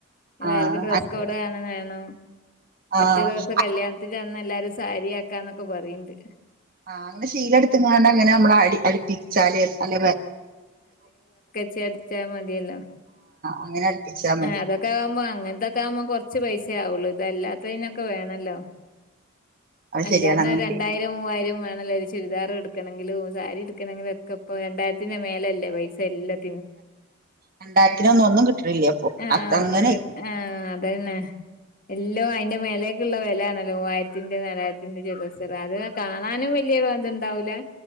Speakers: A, on the left; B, on the right.
A: ഇതർക്ക്ും
B: ആ
A: ഡ്രെസ്സ്
B: ആ
A: കോഡ് വണം വേണം
B: ആ
A: ഒറ്റ ദിവസ കല്യാണത്തിൽ ചന്ന എല്ലാരും സാരിയാക്കാന്നൊക്കെ പറയണ്ട്
B: ആ അങ്ങെ ശീല എടുങ്ങാണ്ട് അങ്ങനെ നമ്മ ിച്ചാല് അല
A: ടിച്ചാൽ മതിയല്ലോ
B: അങ്ങനെ അടുപ്പിച്ചാ മതി
A: അതൊക്കെ ആുമ്പോ അങ്ങനത്തൊക്കെ ആവുമ്പോ കുറു പൈസ ആുള്ളൂത് അതല്ലാത്തതിനൊക്കെ വേണല്ലോ
B: അത്
A: അല്ലാന്ന
B: ശരിയാണ് അങ്ങനെ
A: രണ്ടായിരം മൂവായിരം വേ നല്ലരു ചുരിദാർ എടുക്കണെിലും സാരി എടുക്കണെിലും ഒക്കെ ഇപ്പൊ രണ്ടായിരത്തിന്റെ മേലല്ലേ പൈസ എല്ലാം
B: രണ്ടായിരത്തിനൊന്നും ഒന്നും കിട്ടണില്ല അപ്പൊ
A: ആ
B: അത് അങ്ങനെ
A: ഒന്ന ആ അതന്നെ എല്ലോ അതിന്റെ മേലേക്കുള്ള വില ആണല്ലോ മൂവായിരത്തിന്റെ നാലായിരത്തിന്റെറെ ചിലസര അത് കാണാനും വലിയ എതു ഉണ്ടാവലേ